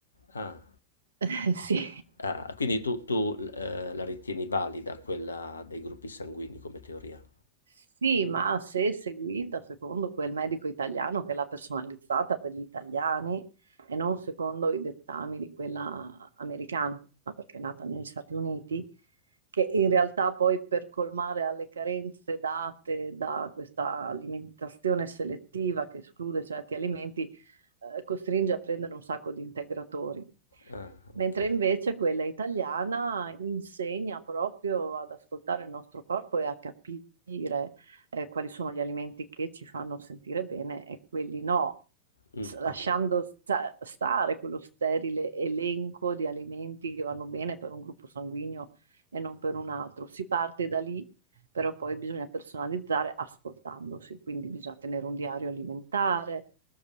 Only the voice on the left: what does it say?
Ah,
ah, quindi tu, tu, eh, la ritieni valida quella dei gruppi sanguigni come teoria?
Ah, ok.
Mm,
mm,